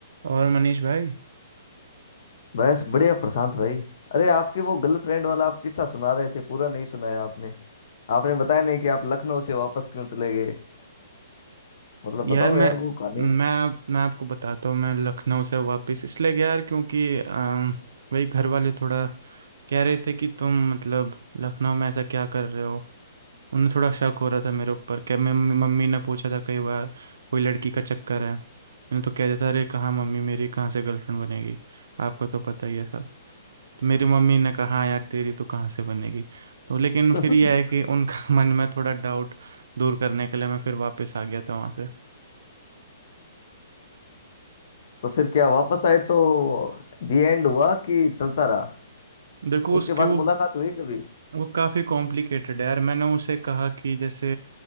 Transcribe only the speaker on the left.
बस बढ़िया प्रशांत भाई अरे आपके वो गर्लफ्रेंड वाला आप किस्सा सुना रहे थे पूरा नहीं सुनाया आपने आपने बताया नहीं कि आप लखनऊ से वापस क्यों चले गए मतलब
बताओ
यार वो कहानी
<laughs>
तो फिर क्या वापस आए तो दी एंड हुआ कि चलता रहा
उसके बाद
मुलाकात हुई कभी